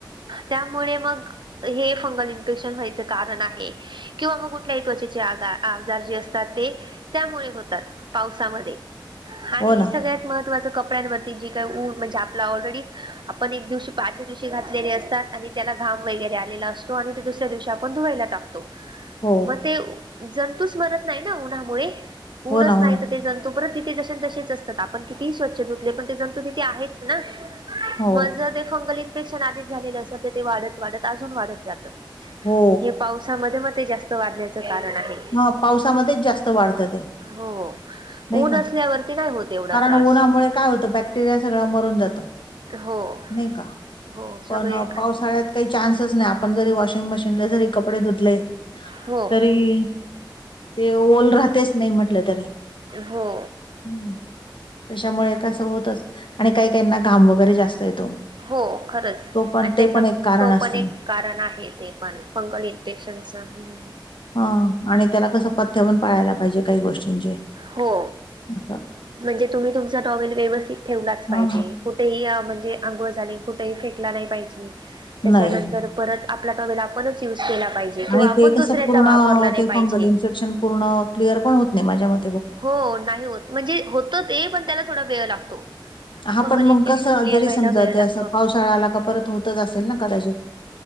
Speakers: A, on the right; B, on the left.
A: त्यामुळे मग हे फंगल इन्फेक्शन व्हायच- कारण आहे किंवा मग कुठल्या त्वचेचे आजा, आजार जे असतात ते. त्यामुळे होतात पावसामध्ये आणि
B: हो ना
A: सगळ्यात- महत्वाच कपड्यांवरती जी काही <unintelligible> म्हणजे आपल ऑलरेडी आपण एक दिवशी <unintelligible> दिवशी घातलेले असतात आणि- त्याला घाम वगैरे आलेला असतो आणि ते दुसऱ्या दिवशी आप - -ण धुवायला टाकतो.
B: हो
A: मग ते जंतूच मरत नाही ना उन्हामुळे? ऊनच
B: हो ना
A: नाही
B: हो ना
A: तर - ते जंतू परत तिथे जशेन तसेच असतात. आपण कितीही स्वच्छ धुतले पण ते जंतू तिथे आहेच ना?
B: हो
A: मग ज ते फंगल इन्फेकशन आधीच झालेलं असेल तर ते वाढत वाढत अजून वाढत जातं.
B: हो
A: हे पावसामध्ये म ते जास्त वाढण्याचं कारण आहे.
B: म पावसामध्येच जास्त वाढत ते.
A: हो
B: नाही
A: ऊन
B: का?
A: असल्यावरती नाही होत एवढा
B: कारण
A: त्रास
B: उन्हामुळे काय होतं बॅक्टेरिया सगळा मरून जातो.
A: हो
B: नाही का?
A: हो सगळे
B: पण
A: आणि
B: पावसाळ्यात- काही चान्सच नाही. आपण जरी वॉशिंग मशीनला जरी कपडे धुतले
A: हो
B: तरी- ते ओल राहतेच नाही म्हटलं तरी.
A: हो.
B: हं. त्याच्यामुळे कसं होतच. आणि काही काहीना घाम वगैरे जास्त येतो.
A: हो. खरंच.
B: तो पण
A: आणि त्याच्यात
B: ते पण एक कारण
A: तो
B: असतं
A: पण एक
B: ना
A: कारण आहे. ते पण फंगल इन्फेक्शनच. हं. हं.
B: हां. आणि त्याला कसं पथ्य पण पाळायला पाहिजे काही गोष्टींचे.
A: हो.
B: असं
A: म्हणजे तुम्ही तुमचा टॉवेल व्यवस्थित ठेवलाच पाहिजे.
B: हा
A: कुठेही या म्हणजे अंंघोळ झाली कुठेही फेकला नाही पाहिजे. त्याच्यानंतर-
B: नाही
A: परत आपला टॉवेल आपणच युज केला पाहिजे.
B: आणि
A: किंवा आपण
B: ते कस
A: दुसऱ्याचा
B: पूर्ण,
A: वापरला नाही
B: ते
A: पाहिजे
B: फंगल इन्फेक्शन पूर्ण क्लिअर पण होत नाही माझ्या म-
A: हो नाही होत. म्हणजे होत ते पण त्याला थोडा वेळ लागतो.
B: हा.
A: फंगल
B: पण
A: इन्फेक्शन
B: मग कसं?
A: क्लिअर
B: जरी
A: व्हायला
B: समजा
A: वेळ
B: ते
A: लागतो
B: असं पावसाळा आला का परत होतच असेल ना कदाचित?